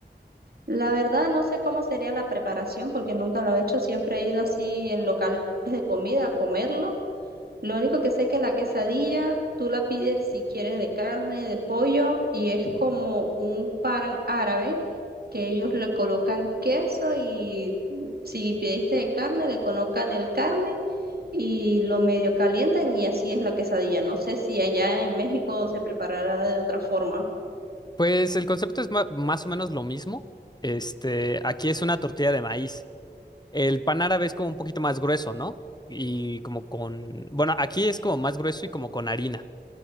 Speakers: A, on the right; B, on the left.
A: La verdad no sé cómo sería la preparación porque nunca lo he hecho, siempre he ido así en locales de comida a comerlo Lo único que sé es que la quesadilla tú la pides si quieres de carne, de pollo, y es como un pan árabe que ellos le colocan queso y si pidiste de carne, le colocan el carne y lo medio calientan y así es la quesadilla. No sé si allá en México se preparará de otra forma.
B: Pues el concepto es ma- más o menos lo mismo. Este, aquí es una tortilla de maíz. El pan árabe es como un poquito más grueso, ¿no? Y como con, bueno, aquí es como más grueso y como con harina.